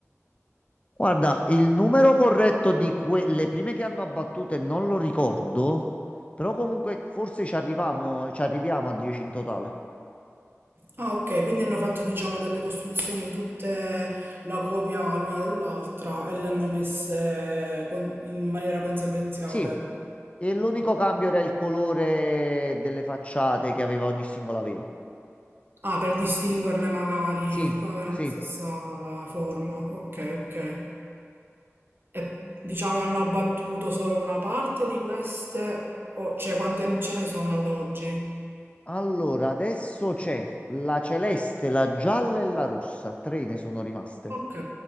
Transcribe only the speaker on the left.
Guarda, il numero corretto di quelle prime che hanno abbattute non lo ricordo, però comunque forse ci arriviamo, ci arriviamo a 10 in totale.
Sì, e l'unico cambio era il colore delle facciate che aveva ogni singola villa.
Sì,
sì.
Allora, adesso c'è la celeste, la gialla e la rossa, tre ne sono rimaste.